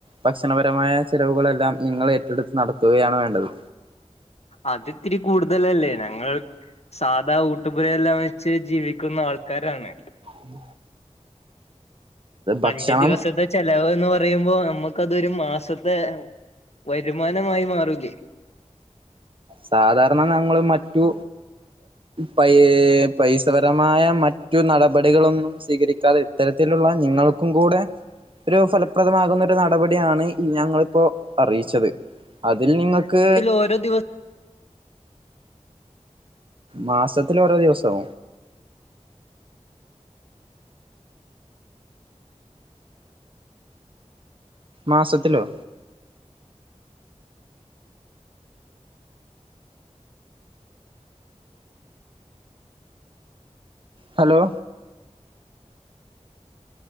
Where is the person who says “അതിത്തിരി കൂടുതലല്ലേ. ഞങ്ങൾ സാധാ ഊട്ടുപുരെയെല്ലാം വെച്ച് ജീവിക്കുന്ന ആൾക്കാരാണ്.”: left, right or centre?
Left